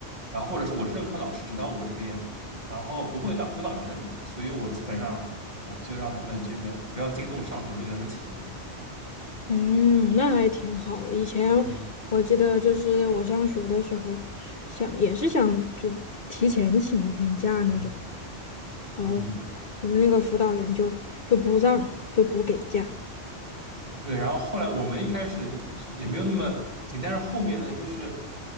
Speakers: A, on the right (about 35°); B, on the left (about 50°).
A: 然后或者是我是任课老师，只到我这边，然后不会到辅导员那里，所以我基本上啊、哎就让他们这个不要惊动上层，都给他们请了。
B: 嗯，那还挺好的。以前
A: 嗯。
B: 我记得就是我上学的时候想，也是想就提前请一天假那种，
A: 嗯
B: 然后
A: 嗯。
B: 我们那个辅导员就就不让，就不给假。
A: 对，然后后来我们一开始也没有那么紧，但是后面呢，就是